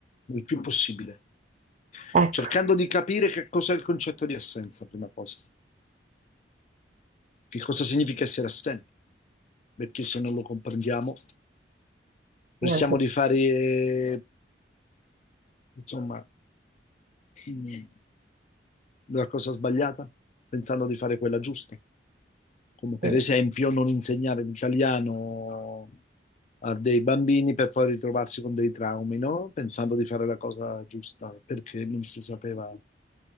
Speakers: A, on the left; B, on the right.
A: il più possibile,
B: Ecco,
A: cercando di capire che cos'è il concetto di assenza, prima cosa, che cosa significa essere assenti, perché se non lo comprendiamo rischiamo
B: neanche,
A: di fare, eh, insomma, mh, la cosa sbagliata, pensando di fare quella giusta, come per
B: eh,
A: esempio non insegnare l'italiano a dei bambini per poi ritrovarsi con dei traumi, no? Pensando di fare la cosa giusta, perché non si sapeva